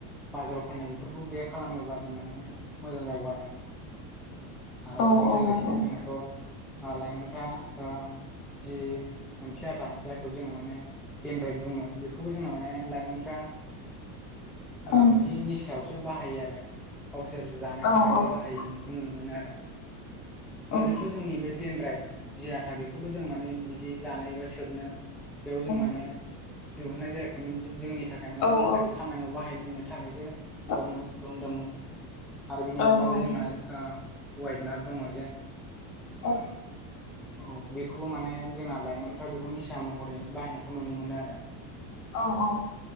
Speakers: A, in the centre; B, on the left.
A: बाजाराव फाननाय बेफोरखौ गैया खालामोबा जों माने मोजां जागौ आरो। आरो बेजों
B: औ
A: लोगोसेनो जोंनाथ' ओ लाइमोनफ्रा ओ। जि मोनसे आथा जायखौ जोङो माने देनद्राइट बुङो बेखौबो जोंना माने लाइमोनफ्रा। ओ
B: औ
A: बिदि निसायावसो बाहायो आरो। गावसोर जानो
B: औ
A: थाखायसो बाहायनायखौ नुनो मोनो आरो
B: औ
A: ओरैनोथ'
B: औ
A: जोंनि बे। देन राइड जि आथा बेखौथ' जों माने बिदि जानोबा सोबनो बेयाव जों माने।
B: नंगौ
A: दिहुननाय जायाखैमोन जोंनि थाखाय
B: औ
A: माने माखासे खामानियाव बाहायनो थाखायसो।
B: औ
A: दुहोनदोंमोन। आरो बिनि
B: नंगौ
A: अनगायै जोंना
B: नोंथां औ
A: ओ वाइडनार दङ जे।
B: अह।
A: औ बेखौबो माने जोंना लाइमोनफ्रा बेखौ निसा महरै बाहायनायखौ नुनो मोनो आरो।
B: औ औ।